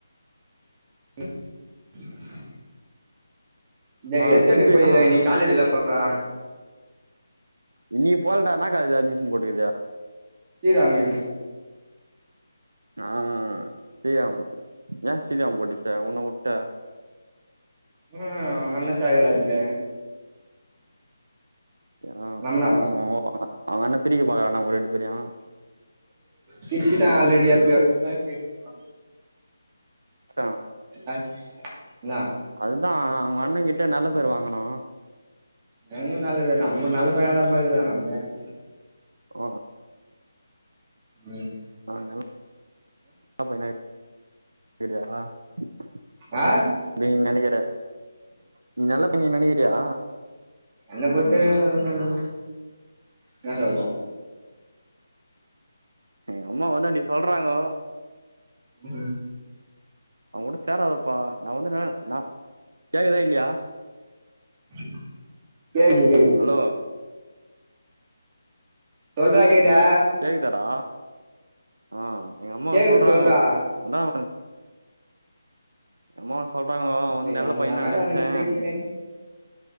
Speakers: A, on the right; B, on the right.
A: ம் <inaudible> டேய்
B: ஆ
A: ட்ரெஸ்
B: செம்பி
A: எடுக் போய்க்குதுடா
B: ஆ
A: இன்னைக் காலேஜில்ல போல்றா
B: இன்னைக்கி போல்டா என்னா காலேஜ் அட்மிஷன் போட்டுக்குது
A: ஸ்ரீராமு
B: ஆஹ் சீராமு ஏன் சீராம் போட்டுச்சி உன்ன உட்டு
A: ஆஹ் அண்ண சேகல அதுல
B: தி ஆ
A: ரமணாப்பா
B: நோ பக்கட அவங்கண்ண பிரிக்க பாக்கரானா ஒங்க ரெண்டு பேரயு
A: பிரிச்சிட்டா ஆல்ரெடி அத் <unintelligible>
B: பிரிச்சிட்டாங்கண்ணா
A: அ என்னா
B: அதுதா ஓ அண்ணங்கிட்ட நல்ல பேர் வாங்கனு
A: உன் நல்ல பேர் தா நம்ம நல்ல பையனாதாம்பா இருக்குறொ நம்ம யாரு
B: <unintelligible>
A: ம்
B: நெலொ <unintelligible>
A: ஆ
B: நீ நெனைக்கிற நீ நல்ல பயனு நீ நெனைக்கிறியா
A: என்ன பொறுத்த வரியு நா நல்ல பைய தாண்ணா என்ன சொல்ற
B: அ அம்மா வந்து அன்னிக்கு சொல்றங்கோ
A: ம்
B: அவங் கூட சேராதப்பா நா வந்துண்ண நா கேக்குதா இல்லியா
A: <inaudible> கேக்து கேக்குது
B: ஹலோ
A: சொல்றா கேக்குதா
B: கேக்தாடா ஆஹ் எங்கம்மா
A: கேக்குது
B: வந்து சொல்றாங்கோ
A: சொல்றா
B: அவ தா <unintelligible> <unintelligible> அம்மா வந் சொல்றாங்கோ அவ வந்து
A: டேய்
B: நல்ல
A: அன்னைக்கு
B: பையன்
A: என்
B: நா
A: மேல
B: நென்ச்சே
A: அந்த மிஸ்டேக்கு